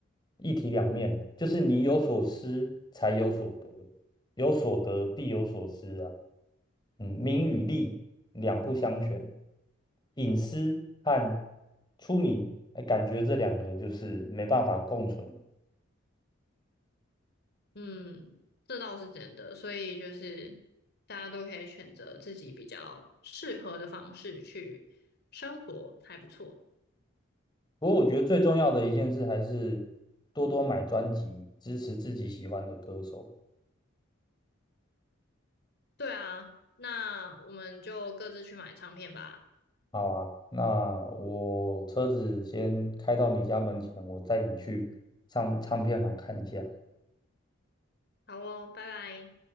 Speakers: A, on the left; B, on the left.
A: 一体两面的，就是你有所失才有所得，有所得必有所失啊。嗯，名与利两不相全，隐私和出名，哎，感觉这两个就是没办法共存。
B: 嗯，这倒是真的。所以就是，大家都可以选择自己比较适合的方式去生活，还不错。
A: 不过我觉得最重要的一件事还是多多买专辑，支持自己喜欢的歌手。
B: 对啊，那我们就各自去买唱片吧。
A: 好吧？那我车子先开到你家门前，我载你去唱唱片行看一下。
B: 好哦，拜拜。